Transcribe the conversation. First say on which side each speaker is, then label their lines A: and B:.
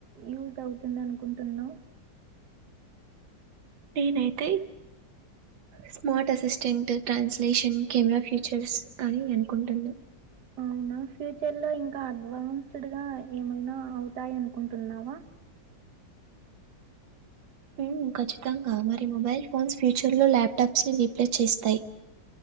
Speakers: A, on the right; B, on the right.
A: యూజ్ అవుతుంది అనుకుంటున్నవు
B: నేనైతే smart assistant translation camera features అని అనుకుంటున్న
A: ఆ అవున ఫ్యూచర్లో ఇంకా అడ్వాన్స్డ్‌గా ఏమైనా అవుతాయనుకుంటున్నావా
B: ఉమ్మ్ ఖచ్చితంగా మరి మొబైల్ ఫోన్స్ ఫ్యూచర్లొ ల్యాప్టాప్స్‌ని రీప్లేస్ చేస్తాయి